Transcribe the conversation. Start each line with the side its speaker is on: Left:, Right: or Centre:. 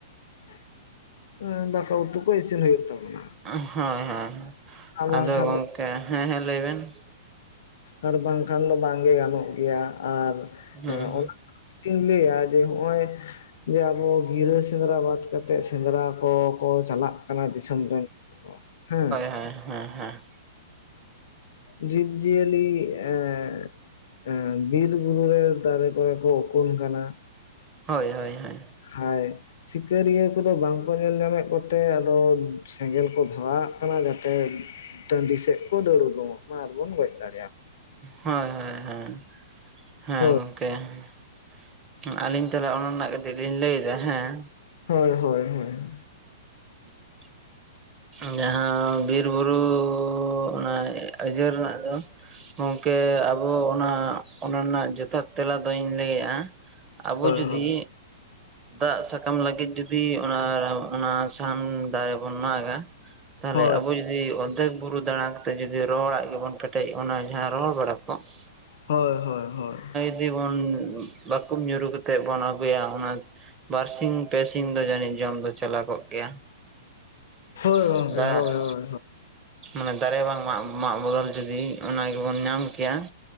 Left: <inaudible> ᱫᱟᱠᱟ ᱩᱛᱩ ᱾ ᱠᱚ ᱤᱥᱤᱱ ᱦᱳᱭᱳᱜ ᱛᱟᱢᱟ ᱾
Right: <unintelligible> ᱟᱫᱚ
Left: ᱵᱟᱝᱠᱷᱟᱱ
Right: ᱜᱚᱝᱠᱮ ᱦᱮᱸ ᱦᱮᱸ ᱞᱮᱭ ᱵᱮᱱ ᱾
Left: ᱟᱨ ᱵᱟᱝᱠᱷᱟᱱ ᱫᱚ ᱵᱟᱝᱜᱮ ᱜᱟᱱᱚᱜ ᱜᱮᱭᱟ ᱟᱨ
Right: ᱦᱩᱸ
Left: <inaudible>
Right: ᱦᱩᱸ
Left: ᱴᱤᱧ ᱞᱮᱭᱟ ᱡᱮ ᱦᱚᱜ ᱚᱭ ᱾ ᱡᱮ ᱟᱵᱚ ᱜᱤᱨᱟᱹ ᱥᱮᱸᱫᱽᱨᱟ ᱵᱟᱫᱽ ᱠᱟᱛᱮᱜ ᱥᱮᱸᱫᱽᱨᱟ ᱠᱚᱠᱚ ᱪᱟᱞᱟᱜ ᱾ ᱠᱟᱱᱟ ᱫᱤᱥᱚᱢ ᱨᱮᱱ ᱚᱜ ᱦᱮᱸ᱾
Right: ᱮᱜ ᱦᱮᱸ ᱦᱮᱸ ᱾
Left: <inaudible> ᱡᱤᱵᱽ ᱡᱤᱭᱟᱹᱞᱤ ᱮᱸ ᱾ ᱮᱸ ᱵᱤᱨ ᱵᱩᱨᱩ ᱨᱮ ᱫᱟᱨᱮ ᱠᱚᱨᱮ ᱠᱚ ᱳᱠᱳᱱ ᱠᱟᱱᱟ ᱾
Right: ᱦᱳᱭ ᱦᱳᱭ ᱦᱳᱭ ᱾
Left: ᱦᱟᱭ ᱾ ᱥᱤᱠᱟᱹᱨᱤᱭᱟᱹ ᱠᱚᱫᱚ ᱵᱟᱝᱠᱚ ᱧᱮᱞ ᱧᱟᱢᱮᱛ ᱠᱚᱛᱮ ᱟᱫᱚ ᱥᱮᱸᱜᱮᱞ ᱠᱚ ᱫᱷᱚᱨᱟᱣᱟᱜ ᱠᱟᱱᱟ ᱡᱟᱛᱮ ᱾ ᱴᱟᱺᱰᱤ ᱥᱮᱫ ᱠᱚ ᱫᱟᱹᱨ ᱳᱰᱳᱜᱚᱜᱼᱢᱟ ᱟᱨᱵᱚᱱ ᱜᱚᱡᱽ ᱫᱟᱲᱮᱭᱟ ᱾
Right: ᱦᱳᱭ ᱦᱳᱭ ᱦᱳᱭ ᱦᱮᱸ
Left: ᱦᱳᱭ
Right: ᱜᱚᱝᱠᱮ ᱾ ᱯᱮ ᱟᱹᱞᱤᱧ ᱛᱷᱟᱞᱮ ᱚᱱᱚᱱᱱᱟ ᱠᱟᱹᱴᱤᱡ ᱞᱤᱧ ᱞᱟᱹᱭ ᱫᱟ ᱦᱮᱸ ᱾
Left: ᱦᱳᱭ ᱦᱳᱭ ᱦᱳᱭ ᱾
Right: <inaudible> ᱡᱟᱸᱦᱟᱸ ᱵᱤᱨ ᱵᱩᱨᱩᱻ ᱚᱱᱟ ᱟᱹᱡᱟᱹᱨ ᱨᱮᱱᱟᱜ ᱫᱚ ᱾ ᱦᱚᱝᱠᱮ ᱟᱵᱚ ᱚᱱᱟ ᱚᱱᱟ ᱱᱟᱜ ᱡᱚᱛᱷᱟᱛ ᱛᱮᱞᱟ ᱫᱚᱧ ᱞᱮᱭᱮ ᱾ ᱟᱵᱚ ᱡᱩᱫᱤ
Left: ᱦᱳᱭ
Right: ᱫᱟᱜ ᱥᱟᱠᱟᱢ ᱞᱟᱹᱜᱤᱫ ᱡᱩᱫᱤ ᱚᱱᱟ ᱾ ᱚᱱᱟ ᱥᱟᱱ ᱫᱟᱭᱮ ᱵᱚᱱ ᱢᱟᱜᱟ ᱛᱟᱦᱞᱮ
Left: ᱦᱳᱭ
Right: ᱟᱵᱚ ᱡᱩᱫᱤ ᱾ ᱡᱤ ᱚᱫᱫᱷᱮᱠ ᱵᱩᱨᱩ ᱫᱟᱲᱟ ᱛᱮ ᱡᱩᱫᱤ ᱨᱚᱦᱚᱲᱟᱜ ᱜᱮᱵᱚᱱ ᱯᱮᱴᱮᱡ ᱚᱱᱟ ᱡᱟᱦᱟᱸ ᱨᱚᱦᱚᱲ ᱵᱟᱲᱟ ᱠᱚᱜ ᱾
Left: ᱦᱳᱭ ᱦᱳᱭ ᱦᱳᱭ ᱾
Right: ᱫᱤ ᱵᱚᱱ ᱵᱟᱠᱩᱵ ᱧᱩᱨᱩ ᱠᱟᱛᱮᱜ ᱵᱚᱱ ᱟᱹᱜᱩᱭᱟ ᱚᱱᱟ ᱾ ᱵᱟᱨ ᱥᱤᱧ ᱯᱮ ᱥᱤᱧ ᱫᱚ ᱡᱟᱹᱱᱤᱡ ᱡᱚᱢ ᱫᱚ ᱪᱟᱞᱟ ᱠᱚᱜ ᱜᱮᱭᱟ ᱾
Left: ᱦᱳᱭ ᱜᱚᱝᱠᱮ
Right: ᱫᱟᱜ
Left: ᱦᱳᱭ
Right: ᱾
Left: ᱦᱳᱭ
Right: ᱢᱟᱱᱮ ᱫᱟᱨᱮ ᱵᱟᱝ ᱢᱟᱜ ᱢᱟᱜ ᱵᱚᱫᱚᱞ ᱡᱩᱫᱤ, ᱚᱱᱟ ᱜᱮᱵᱚᱱ ᱧᱟᱢ ᱠᱮᱭᱟ ᱾